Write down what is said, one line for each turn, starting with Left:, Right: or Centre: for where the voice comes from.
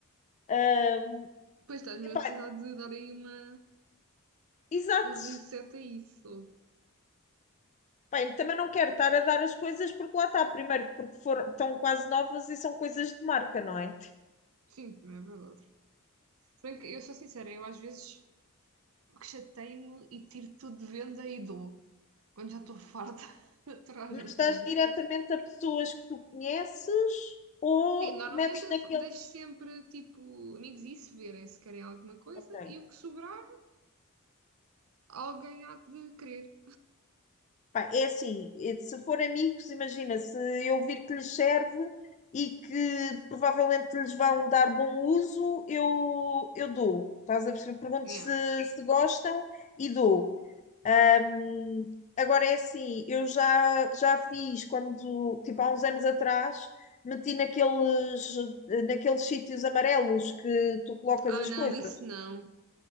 Left: Ah,
Right: Pois estás-me
Left: epá,
Right: a precisar de dar aí uma,
Left: exato.
Right: um reset a isso.
Left: Bem, também não quero estar a dar as coisas porque lá está, primeiro, porque foram, estão quase novas e são coisas de marca, não é?
Right: Sim, também é verdade. Se bem que eu sou sincera, eu às vezes que chatei-me e tiro tudo de venda e dou. quando já estou farta <laughs> de aturar
Left: Mas
Right: gente
Left: dás
Right: maluca.
Left: diretamente a pessoas que tu conheces ou
Right: Sim, normalmente
Left: metes
Right: eu
Left: naqueles.
Right: deixo sempre, tipo, amigos e se verem se querem alguma coisa
Left: Ok.
Right: e o que sobrar, alguém há de querer.
Left: Pá, é assim, eh, se for amigos, imagina, se eu vir que lhes serve e que provavelmente lhes vão dar bom uso, eu, eu dou. Estás a perceber? Pergunto
Right: Yeah.
Left: se, se gostam e dou. Ahm, agora é assim, eu já, já fiz quando, tipo, há uns anos atrás, meti naqueles, eh, naqueles sítios amarelos que tu colocas
Right: Ah,
Left: as
Right: não,
Left: coisas.
Right: isso não.